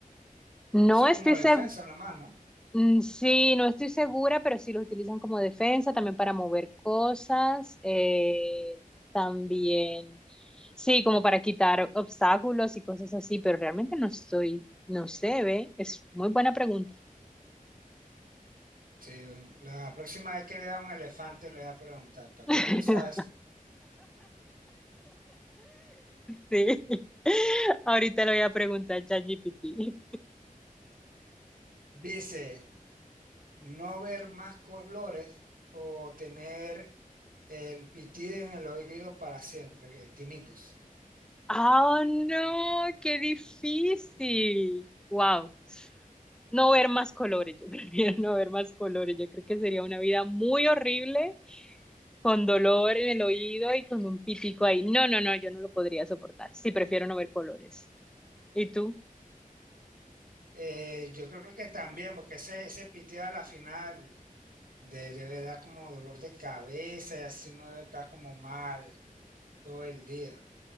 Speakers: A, in the centre; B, on the right.
A: No
B: Sí,
A: estoy
B: como defensa
A: segura.
B: nada más, ¿no?
A: Mm, Sí, no estoy segura, pero sí los utilizan como defensa, también para mover cosas, eh, también, sí, como para quitar obstáculos y cosas así, pero realmente no estoy, no sé, ve, es muy buena pregunta.
B: Sí, la próxima vez que vea un elefante le voy a preguntar, ¿para qué
A: <laughs>
B: tú usas esa?
A: Sí, ahorita le voy a preguntar a ChatGPT.
B: Dice, no ver más colores o tener el pitido en el oído para siempre, que tinnitus.
A: ¡Oh, no! ¡Qué difícil! ¡Wow! No ver más colores, yo <laughs> prefiero no ver más colores, yo creo que sería una vida muy horrible con dolor en el oído y con un pitico ahí. No, no, no, yo no lo podría soportar. Sí, prefiero no ver colores. ¿Y tú?
B: Eh, yo creo que también, porque ese, ese pitido a la final de, debe dar como dolor de cabeza y así uno debe estar como mal todo el día.